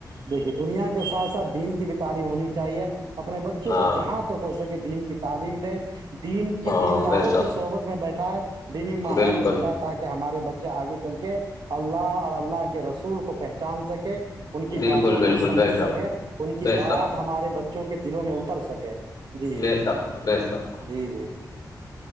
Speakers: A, on the right (about 75°); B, on the left (about 60°).
A: دیکھیے دنیا کے ساتھ ساتھ دین کی بھی تعلیم ہونی چاہیے اپنے بچوں
B: ہاں
A: کو جہاں تک ہو سکے دن کی تعلیم <unintelligible> دین کی
B: ہاں
A: دینداروں
B: بے شک
A: کی صحبت میں بیٹھائے دینی ماحول
B: بالکل
A: میں بیٹھائے تاکہ ہمارے بچے آگے چل کے اللہ اور اللہ کے رسول کو پہچان سک کر <unintelligible> ان کی
B: بالکل
A: باتوں
B: بالکل
A: کو سمجھ
B: بے
A: سکے
B: شک
A: ان کی
B: بے
A: بات
B: شک
A: ہمارے بچے بچوں کے دلوں میں اتر سکے جی
B: ب سک ب شخ
A: جی جی